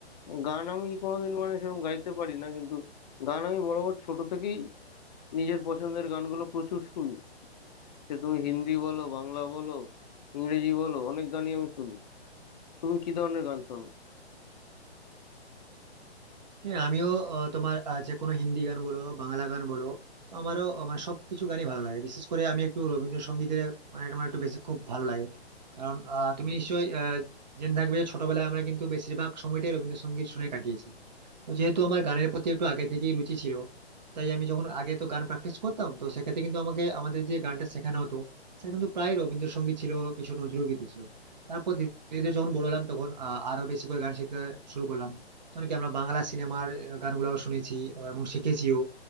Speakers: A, on the left (about 40°); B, on the right (about 40°).
A: গান আমি কোনোদিন মানে সেরকম গাইতে পারি না কিন্তু গান আমি বরাবর ছোট থেকেই নিজের পছন্দের গানগুলো প্রচুর শুনি সে তুমি হিন্দি বলো বাংলা বলো ইংরেজি বলো অনেক গানই আমি শুনি তুমি কি ধরনের গান শোনো
B: হ্যাঁ আমিও আহ, তোমার আহ, যে কোনো হিন্দি গান বলো বাংলা গান বলো তো আমারও আমার সবকিছু গানই ভালো লাগে বিশেষ করে আমি একটু রবীন্দ্রসঙ্গীতের মানে আমার একটু বেশি খুব ভালো লাগে কারণ আহ, তুমি নিশ্চয়ই আহ, জেনে থাকবে যে ছোটবেলায় আমরা কিন্তু বেশিরভাগ সময়টাই রবীন্দ্রসঙ্গীত শুনে কাটিয়েছি তো যেহেতু আমার গানের প্রতি একটু আগে থেকেই রুচি ছিল তাই আমি যখন আগে তো গান প্র্যাকটিস করতাম তো সেক্ষেত্রে কিন্তু আমাকে আমাদের যে গানটা শেখানো হতো সেটা কিন্তু প্রায় রবীন্দ্রসঙ্গীত ছিল কিছু নজরুল গীতি ছিল তারপর ধীরে ধীরে যখন বড় হলাম তখন আহ, আরো বেশি করে গান শিখতে শুরু করলাম তখন কি আমরা বাংলা সিনেমার গানগুলোও শুনেছি আহ, এবং শিখেছিও